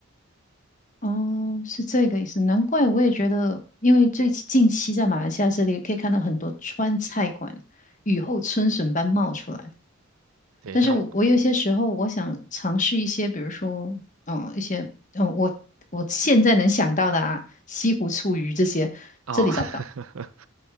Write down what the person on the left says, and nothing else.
哦，是这个意思，难怪我也觉得，因为最近期在马来西亚这里可以看到很多川菜馆雨后春笋般冒出来。
但是我我有些时候我想尝试一些，
比如说，嗯，一些，嗯，我我现在能想到的啊，西湖醋鱼这些，
这里找不到。